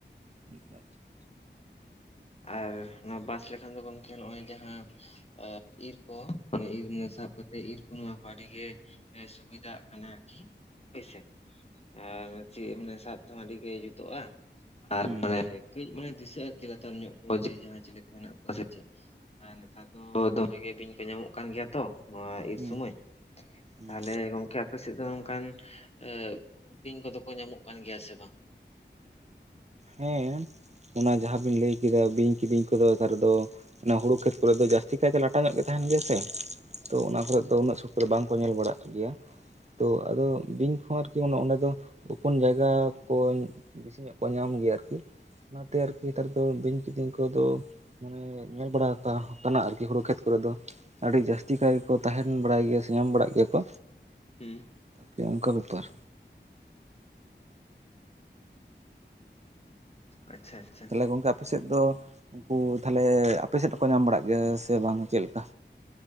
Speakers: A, on the right; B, on the left.
A: <unintelligible>
B: ᱟᱨ ᱱᱚᱣᱟ ᱵᱟᱥ ᱞᱮᱠᱷᱟᱱ ᱫᱚ ᱜᱚᱝᱠᱮ ᱱᱚᱜ-ᱚᱭ ᱡᱟᱦᱟᱸ ᱤᱨ ᱠᱚ ᱢᱟᱱᱮ ᱤᱨ ᱢᱟᱱᱮ ᱥᱟᱵ ᱠᱟᱛᱮᱫ ᱤᱨ ᱠᱚ ᱱᱚᱣᱟ ᱠᱚ ᱟᱹᱰᱤ ᱜᱮ ᱥᱩᱵᱤᱫᱟᱜ ᱠᱟᱱᱟ ᱟᱨᱠᱤ ᱦᱳᱭ ᱥᱮ ᱾ ᱟᱨ ᱪᱮᱫ ᱢᱟᱱᱮ ᱥᱟᱵ ᱛᱮᱦᱚᱸ ᱟᱹᱰᱤ ᱜᱮ ᱡᱩᱛᱩᱜᱼᱟ, ᱟᱨ
A: ᱦᱩᱸ
B: ᱢᱟᱱᱮ ᱠᱟᱹᱡᱽ ᱢᱟᱱᱮ ᱫᱤᱥᱟᱹᱜ-ᱟ, ᱪᱤᱠᱟᱛᱮ? ᱪᱮᱛᱟᱱ ᱧᱚᱜ ᱠᱚ ᱡᱮ ᱡᱟᱦᱟᱸᱭ ᱪᱤᱞᱤ ᱠᱚ ᱦᱮᱱᱟᱜ ᱠᱚᱣᱟ ᱥᱮ ᱪᱮᱫ ᱟᱨ ᱱᱮᱛᱟᱨ ᱫᱚ ᱫᱚᱢᱮ ᱜᱮ ᱵᱤᱧ ᱠᱚ ᱧᱟᱢᱚᱜ ᱠᱟᱱ ᱜᱮᱭᱟ ᱾ ᱛᱚ ᱱᱚᱣᱟ ᱤᱨ
A: ᱦᱩᱸ
B: ᱥᱚᱢᱟᱹᱭ ᱛᱟᱦᱚᱞᱮ
A: ᱦᱩᱸ
B: ᱜᱚᱝᱠᱮ ᱟᱯᱮ ᱥᱮᱫ ᱫᱚ ᱱᱚᱝᱠᱟ ᱟᱹ ᱵᱤᱧ ᱠᱚᱫᱚ ᱠᱚ ᱧᱟᱢᱚᱜ ᱠᱟᱱ ᱜᱮᱭᱟ ᱥᱮ ᱵᱟᱝ?
A: ᱦᱮᱸ ᱚᱱᱟ ᱡᱟᱦᱟᱸᱵᱤᱱ ᱞᱟᱹᱭ ᱠᱮᱫᱟ ᱵᱤᱧ ᱠᱤᱫᱤᱧ ᱠᱚᱫᱚ <unintelligible> ᱨᱮᱫᱚ ᱚᱱᱟ ᱦᱩᱲᱩ ᱠᱷᱮᱛ ᱠᱚᱨᱮ ᱫᱚ ᱡᱟᱥ ᱛᱤ ᱠᱟᱭ ᱛᱮ ᱞᱟᱴᱟ ᱧᱚᱜ ᱜᱮ ᱛᱟᱸᱦᱮᱱ ᱜᱮᱭᱟ ᱥᱮ ᱛᱚ ᱚᱱᱟ ᱠᱚᱨᱮᱜ ᱫᱚ ᱩᱱᱟᱹᱜ ᱥᱚᱠᱛᱚ ᱫᱚ ᱵᱟᱝᱠᱚ ᱧᱮᱞ ᱵᱟᱲᱟᱜ ᱜᱮᱭᱟ᱾ ᱛᱚ ᱟᱫᱚ ᱵᱤᱧ ᱠᱚᱦᱚᱸ ᱟᱨᱠᱤ ᱚᱱᱮ ᱚᱸᱰᱮ ᱫᱚ ᱜᱳᱯᱳᱱ ᱡᱟᱭᱜᱟ ᱠᱚ ᱵᱤᱥᱤᱧᱚᱜ ᱠᱚ ᱧᱟᱢ ᱜᱮᱭᱟ ᱟᱨᱠᱤ ᱚᱱᱟᱛᱮ ᱟᱨᱠᱤ ᱱᱮᱛᱟᱨ ᱫᱚ ᱵᱤᱧ ᱠᱤᱫᱤᱧ ᱠᱚᱫᱚ ᱢᱟᱱᱮ ᱧᱮᱞ ᱵᱟᱲᱟ ᱠᱟᱱᱟ ᱟᱨᱠᱤ ᱦᱩᱲᱩ ᱠᱷᱮᱛ ᱠᱚᱨᱮ ᱫᱚ᱾ ᱟᱰᱤ ᱡᱟᱹᱥᱛᱤ ᱠᱟᱭ ᱜᱮᱠᱚ ᱛᱟᱦᱮᱱ ᱵᱟᱲᱟᱭ ᱜᱮᱭᱟ ᱥᱮ ᱧᱟᱢ ᱵᱟᱲᱟᱜ ᱜᱮᱭᱟ ᱠᱚ᱾
B: ᱦᱩᱸ ᱾
A: ᱛᱮ ᱚᱱᱠᱟ ᱵᱮᱯᱟᱨ
B: ᱟᱪᱪᱷᱟ ᱾
A: ᱛᱟᱦᱚᱞᱮ ᱜᱚᱝᱠᱮ ᱟᱯᱮ ᱥᱮᱫ ᱫᱚ ᱩᱱᱠᱩ ᱛᱟᱦᱟᱞᱮ ᱟᱯᱮ ᱥᱮᱫ ᱦᱚᱸᱠᱚ ᱧᱟᱢ ᱵᱟᱲᱟᱜ ᱜᱮᱭᱟ ᱥᱮ ᱵᱟᱝ ᱪᱮᱫ ᱞᱮᱠᱟ?